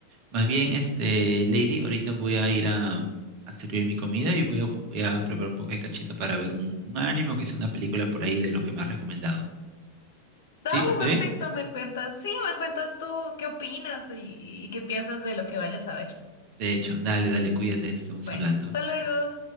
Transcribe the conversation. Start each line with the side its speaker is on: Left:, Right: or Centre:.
Right: Más bien, este, Lady, ahorita voy a ir a, a servir mi comida y voy a, voy a preparar un poco de canchita para ver un, un anime o quizá una película por ahí de los que me has recomendado.
Left: Dale,
Right: ¿Sí? ¿Está
Left: perfecto,
Right: bien?
Left: me cuentas. Sí, me cuentas tú qué opinas y, y qué piensas de lo que vayas a ver.
Right: De hecho, dale, dale, cuídate, estamos
Left: Bueno,
Right: hablando.
Left: hasta luego.